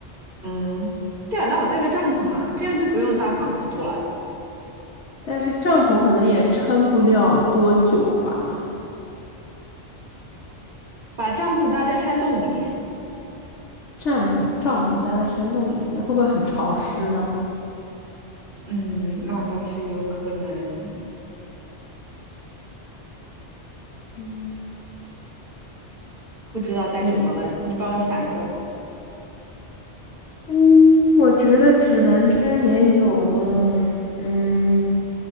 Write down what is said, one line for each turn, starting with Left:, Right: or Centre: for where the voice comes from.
Right: 嗯，对啊，那我带个帐篷啊，这样就不用搭房子住了，
Left: 但是帐篷可能也撑不了多久吧。
Right: 把帐篷搭在山洞里面。
Left: 帐篷，帐篷搭在山洞里面，那会不会很潮湿呢？
Right: 嗯，那倒是有可能，
Left: 嗯
Right: 不知道带什么了，
Left: 那
Right: 你帮我想一个。
Left: 嗯，我觉得指南针也有了。嗯，